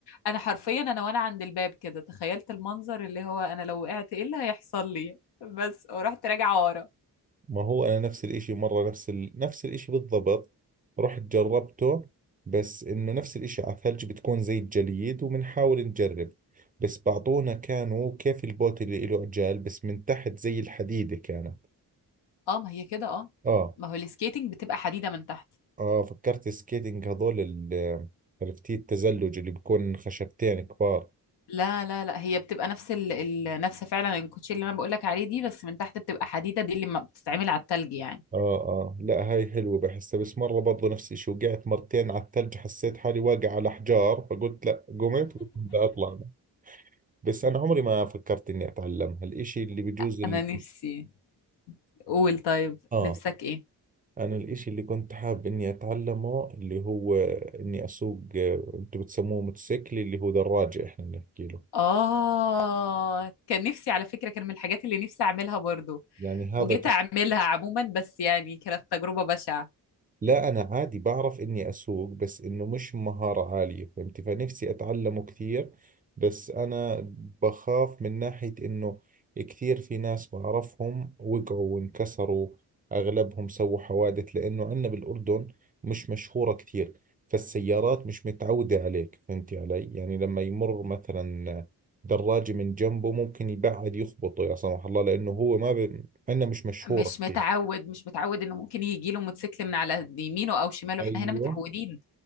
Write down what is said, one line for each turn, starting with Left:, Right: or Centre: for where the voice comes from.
Left: انا حرفيا انا وانا عند الباب كده تخيلت المنظر اللي هو انا لو وقعت ايه اللي هيحصل لي بس ورحت راجعة ورا
Right: ما هو أنا نفس الإشي مرة نفس ال... نفس الإشي بالضبط رحت جربته بس إنه نفس الإشي على الثلج بتكون زي الجليد وبنحاول نجرب بس بعطونا كانوا كيف البوت اللي إله عجال بس من تحت زي الحديدة كانت
Left: اه ما هي كده اه
Right: آه
Left: ما هو السكيتنج بتبقى حديدة من تحت
Right: اه فكرت سكيتنج هذول ال- عرفتي التزلج اللي بكون خشبتين كبار
Left: لا لا لا هي بتبقى نفس ال... ال... نفس فعلا الكوتشي اللي انا بقولك عليه دي بس من تحت بتبقى حديدة دي اللي ما بتتعمل على التلج يعني
Right: اه اه لا هاي حلوة بحسها بس مرة برضو نفس الشيء وقعت مرتين على الثلج حسيت حالي واقع على حجار فقلت لا قمت وقلت بدي اطلع بس انا عمري ما فكرت اني اتعلمها الاشي اللي بجوز
Left: <laughs>
Right: اللي
Left: انا نفسي قول طيب
Right: اه
Left: نفسك ايه
Right: انا الاشي اللي كنت حاب اني اتعلمه اللي هو اني اسوق آه، انتم بتسموه موتوسيكل اللي هو دراجة احنا بنحكي له
Left: اه كان نفسي على فكرة كان من الحاجات اللي نفسي اعملها برضو
Right: يعني هذا
Left: وجيت
Right: ج-
Left: اعملها عموما بس يعني كانت تجربة بشعة
Right: لا أنا عادي بعرف إني أسوق بس إنه مش مهارة عالية فهمتي فنفسي أتعلمه كثير بس أنا بخاف من ناحية إنه كثير في ناس بعرفهم وقعوا وانكسروا أغلبهم سووا حوادث لأنه عندنا بالأردن مش مشهورة كثير فالسيارات مش متعودة عليك فهمتي علي يعني لما يمر مثلا دراجة من جنبه ممكن يبعد يخبطه يا سمح الله لأنه هو ما ب... عندنا مش مشهورة
Left: مش متعود
Right: كثير
Left: مش متعود انه ممكن يجي له موتوسيكل من على يمينه او شماله
Right: ايوه
Left: احنا هنا متعودين